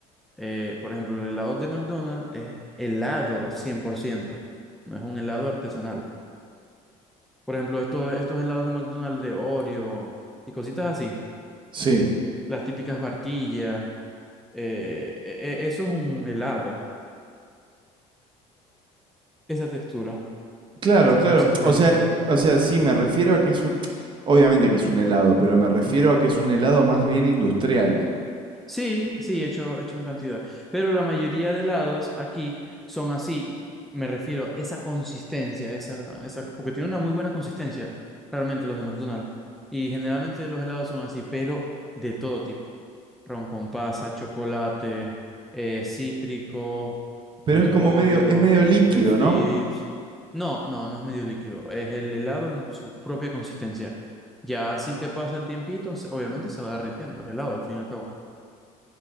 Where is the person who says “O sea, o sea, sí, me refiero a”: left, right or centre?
Right